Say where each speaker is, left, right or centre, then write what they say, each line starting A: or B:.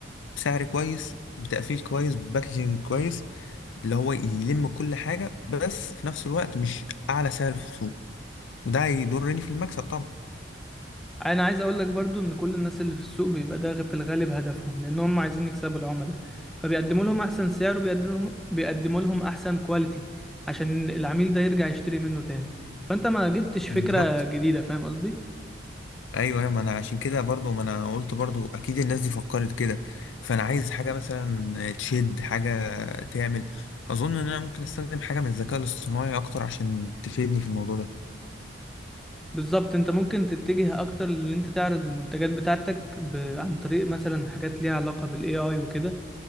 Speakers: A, on the left; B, in the centre.
A: بسعر كويس بتقفيل كويس باكجينج كويس اللي هو يلم كل حاجه بس في نفس الوقت مش اعلى سعر في السوق وده هيضرني في المكسب طبعا
B: انا عايز اقول لك برضو ان كل الناس اللي في السوق بيبقى ده في الغالب هدفهم لان هم عايزين يكسبوا العملاء فبيقدموا لهم احسن سعر وبيقدموا لهم بيقدموا لهم احسن كواليتي عشان العميل ده يرجع يشتري منه تاني فانت ما جبتش فكره
A: بالظبط
B: جديده فاهم قصدي
A: ايوه ايوه ما انا عشان كده برضو ما انا قلت برضو اكيد الناس دي فكرت كده فانا عايز حاجه مثلا تشد حاجه تعمل اظن ان انا ممكن استخدم حاجه من الذكاء الاصطناعي اكتر عشان تفيدني في الموضوع ده
B: بالظبط انت ممكن تتجه اكتر لان انت تعرض المنتجات بتاعتك ب... عن طريق مثلا حاجات ليها علاقة بالاي اي وكده